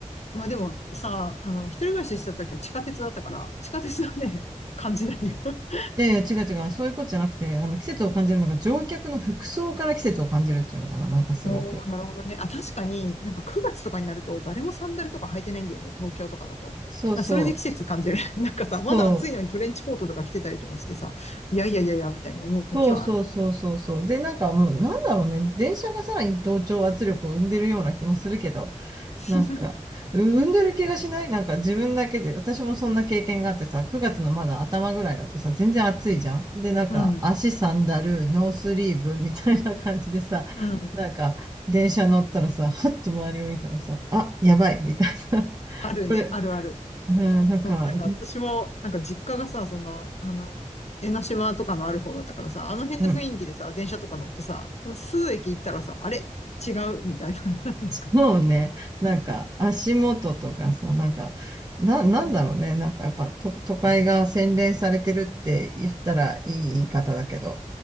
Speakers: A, on the left (about 55°); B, on the right (about 30°).
A: まあでもさ、あの、一人暮らししてた時は地下鉄だったから、地下鉄はね、<laughs> 感じないよ。<laughs>
B: で、違う違う。そういうことじゃなくて、あの、季節を感じるのが乗客の服装から季節を感じるっていうのかな。なんかすごく。
A: おー、なるほどね。あ、確かになんか9月とかになると誰もサンダルとか履いてないんだよね、東京とかだと。
B: そうそう。
A: なそれで季節感じる。<laughs> なんかさ、
B: そう。
A: まだ暑いのにトレンチコートとか着てたりとかしてさ、いやいやいやいや、みたいに思う時はある。
B: そうそうそうそうそう。で、なんかもう、なんだろうね。電車がさらに同調圧力を生んでるような気もするけど。
A: <laughs>
B: なんか、産んでる気がしないなんか自分だけで、私もそんな経験があってさ、9月のまだ頭ぐらいだとさ、全然暑いじゃん。で、なんか、
A: うん、
B: 足サンダル、ノースリーブみたいな感じでさ、
A: うん。
B: なんか、電車乗ったらさ、はっと周りを見たらさ、あ、やばい、みたいな。<laughs>
A: あるね、
B: これ、
A: あるある。
B: うん、なんか、
A: なんか私も、なんか実家がさ、その、あの、江ノ島とかのある方だったからさ、あの辺の雰囲気でさ、
B: うん、
A: 電車とか乗ってさ、数駅行ったらさ、あれ違うみたいな。<laughs> なんかね。
B: もうね、なんか、足元とかさ、なんか、な、なんだろうね。なんかやっぱと都会が洗練されてるって言ったらいい言い方だけど、